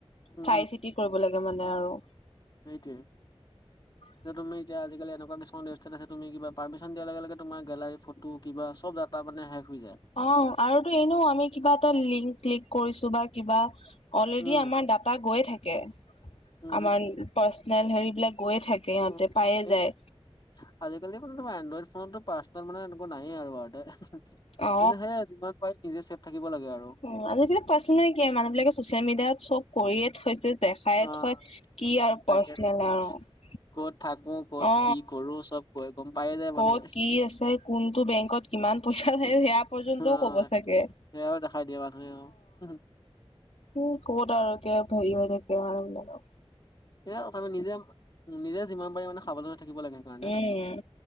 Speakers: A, on the left; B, on the left.
A: উম,
B: চাই- চিতি কৰিব লাগে মানে আৰু',
A: সেইটোৱেই',
B: <unintelligible>
A: যে তুমি এতিয়া আজাকালি এনেকুৱা কিছুমান ৱেবছাইট আছে তুমি কিবা পাৰমিচন দিয়াৰ লগে', -লগে', তোমাৰ গেলাৰি ফটো কিবা চব ডাটা', তাৰমানে শেষ হৈ যায়',
B: অ', আৰু তো', এনেও আমি কিবা এটা লিংক ক্লিক কৰিছোঁ বা কিবা', অলৰেডিয়ে
A: উম।
B: আমাৰ ডাটা গৈয়ে থাকে,
A: উম
B: আমাৰ পাৰ্চনেল হেৰি বিলাক গৈয়ে থাকে', সিহঁতে
A: উম',
B: পায়ে
A: এই',
B: যায়
A: আজিকালি মানে তোমাৰ এনড্ৰইড ফোনতো পাৰ্চনেল মানে এনেকুৱা নাহেই আৰু বাৰু দে হুম', -হুম', কিন্তু
B: অ
A: সেয়ে যিমান পাৰি নিজে চেফ থাকিব লাগে আৰু',
B: অ', আজিকালি পাৰ্চনেল কি আৰু মানুহ বিলাকে ছচিয়েল মিডিয়াত চব', কৰিয়ে থৈ যে দেখায়ে
A: অ'
B: থৈ কি আৰু
A: তাকেতো।
B: পাৰ্চনেল আৰু',
A: ক'ত থাকো ক'ত
B: অ
A: কি কৰোঁ চব', কয়, গম পায় যায়',
B: ক'ত
A: মানুহে।
B: কি আছে, কোনটো বেংকত কিমান পইচা, ‌সে', - সেয়া পৰ্যন্তও
A: অ'
B: ক'ব চাগে',
A: সেয়াও দেখাই দিব তুমি অ', হুহ',
B: উম', ক'ত আৰু কিয় হেৰি হৈ থাকে মানে মানুহবিলাকৰ',
A: সেয়ে তথাপি নিজে উম', নিজে যিমান পাৰি মানে সাৱধানত থাকিব লাগে। সেইকাৰণে।
B: উম